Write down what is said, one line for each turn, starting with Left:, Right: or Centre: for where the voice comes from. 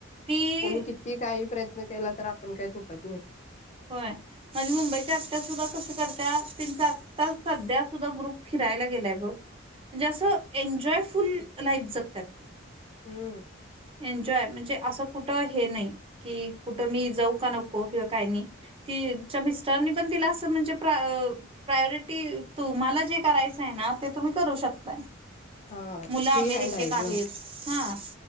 Right: ती
Left: कोणी कि किती काही प्रयत्न केला तर, आपण काही तुटत नाही.
Right: होय, माझी मुंबईची आत्या सुद्धा कशी करत्या त्यांच्या आ तर सध्या सुद्धा ग्रुप फिरायला गेलाय बघ. म्हणजे, असं एन्जॉयफुल लाईफ जगत्यात.
Left: हम
Right: एन्जॉय म्हणजे असं कुठं हे नाही, की कुठं मी जाऊ का नको किंवा काही नाही. तिच्या मिस्टरनी पण तिला असं म्हणजे प्रा- अं प्रायोरिटी तुम्हाला जे करायचं आहे ना, ते तुम्ही करू शकताय.
Left: हा
Right: मुलं
Left: फ्री
Right: अमेरिकेत
Left: हँड आहे
Right: आहेत,
Left: ग.
Right: हा